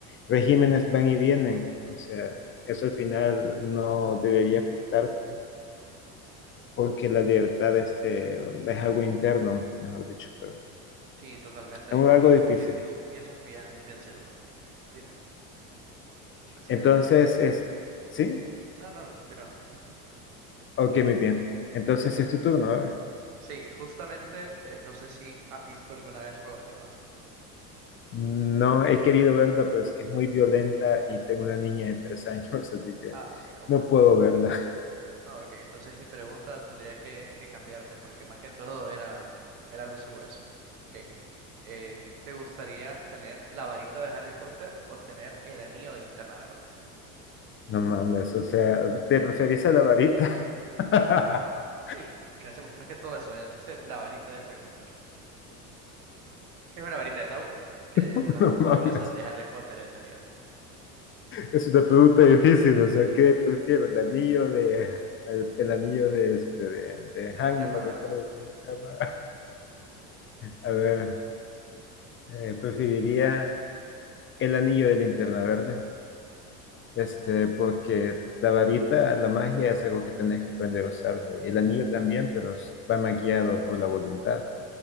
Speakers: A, on the left (about 30°); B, on the right (about 80°).
A: regímenes van y vienen, o sea, eso al final no debería afectarte, porque la libertad este, es algo interno, mejor dicho, pero
B: Sí, totalmente,
A: es algo
B: y,
A: difícil.
B: y- y- eso, y eso es bien, bien cierto. Dime. Sí,
A: Entonces,
B: el-
A: es, ¿sí?
B: No, no, no, continúa. <laughs>
A: Ok, muy bien. Entonces es tu turno, a ver.
B: Sí, justamente, eh, no sé si ha visto alguna vez Juego de Tronos.
A: No he querido verla, pero es que es muy violenta y tengo una niña de tres años, <laughs> así que
B: Ah, ok, comprendo.
A: no puedo verla.
B: Ah, ok, entonces mi pregunta tendría que, que cambiarse porque más que todo era, era alusivo a eso. Ok, eh, ¿te gustaría tener la varita de Harry Potter o tener el anillo de Linterna Verde?
A: No mames, o sea, ¿te referís a la varita? <laughs>
B: Sí, porque hace más que todo eso, eh, dice la varita de Harry Potter, que es una varita de Sauco, que
A: No
B: es de las más poderosas
A: mames.
B: de Harry Potter en teoría,
A: Es una pregunta difícil, o sea, ¿qué prefiero? ¿El anillo de, el, el anillo de este, de, de
B: de
A: Hangman,
B: Linterna
A: no no recuerdo
B: Verde.
A: cómo
B: Ujú.
A: se llama? A ver, eh, preferiría el anillo de linterna verde, este,
B: Sí.
A: porque la varita, la magia es algo que tenés que aprender a usarlo, y el anillo también, pero va más guiado por la voluntad.